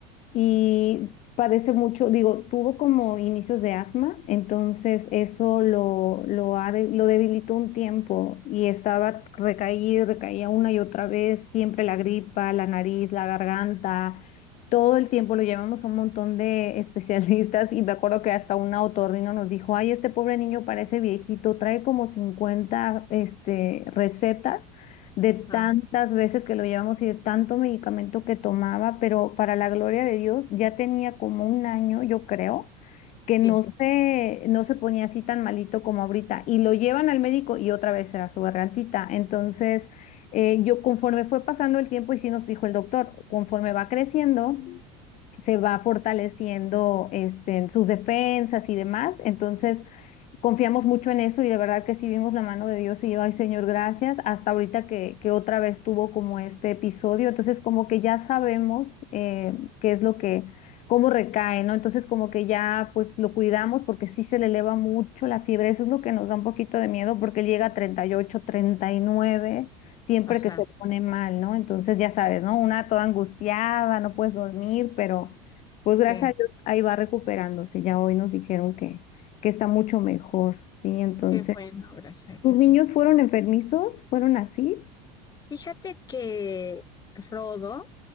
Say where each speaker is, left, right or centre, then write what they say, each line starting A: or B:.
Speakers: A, on the left; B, on the left.
A: y padece mucho, digo, tuvo como inicios de asma, entonces eso lo, lo, ha de- lo debilitó un tiempo y estaba recaído, recaía una y otra vez, siempre la gripa, la nariz, la garganta. Todo el tiempo lo llevamos a un montón de <laughs> especialistas y me acuerdo que hasta un otorrino nos dijo, ay, este pobre niño parece viejito, trae como 50 este, recetas de tantas
B: Ah,
A: veces que lo llevamos y de tanto medicamento que tomaba, pero para la gloria de Dios ya tenía como un año, yo creo, que no
B: sí,
A: se, no se ponía así tan malito como ahorita. Y lo llevan al médico y otra vez era su gargantita. Entonces, eh, yo conforme fue pasando el tiempo y sí nos dijo el doctor, conforme va creciendo. se va fortaleciendo este, en sus defensas y demás. Entonces, confiamos mucho en eso y de verdad que sí vimos la mano de Dios y yo, ay Señor, gracias, hasta ahorita que, que otra vez tuvo como este episodio, entonces como que ya sabemos eh, qué es lo que, cómo recae, ¿no? Entonces como que ya pues lo cuidamos porque sí se le eleva mucho la fiebre, eso es lo que nos da un poquito de miedo porque él llega a treinta treinta y ocho treinta y nueve siempre
B: ajá,
A: que se pone mal, ¿no? Entonces ya sabes, ¿no? Una toda angustiada, no puedes dormir, pero pues gracias
B: sí,
A: a Dios ahí va recuperándose. Ya hoy nos dijeron que, que está mucho mejor, ¿sí? Entonces,
B: qué bueno, gracias a Dios.
A: ¿tus niños fueron enfermizos? ¿Fueron así?
B: Fíjate que Rodo,